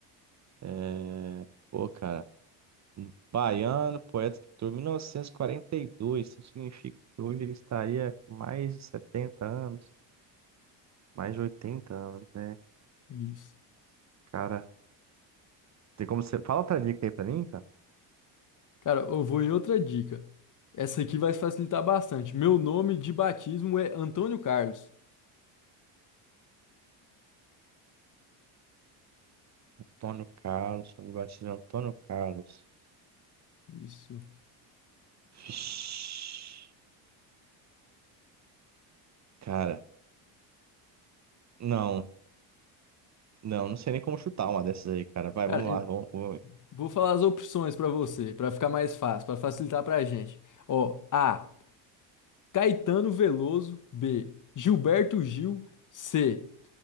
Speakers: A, on the right; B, on the left.
A: É... Pô, cara, um baiano, poeta, escritor, mil novecentos e e quarenta e dois isso significa que hoje ele estaria com mais de 70 anos, mais de 80 anos, né?
B: Isso.
A: Cara, tem como você... Fala outra dica aí pra mim, cara.
B: Cara, eu vou em outra dica. Essa aqui vai facilitar bastante. Meu nome de batismo é Antônio Carlos.
A: Antônio Carlos, Antônio Batista, Antônio Carlos.
B: Isso.
A: Vixe, Cara, não, não, não sei nem como chutar uma dessas aí, cara. Vai,
B: Cara,
A: vamos lá.
B: eu
A: vamos- vamos-
B: vou falar as opções pra você, pra ficar mais fácil, pra facilitar pra gente. Ó, A. Caetano Veloso. B. Gilberto Gil. C.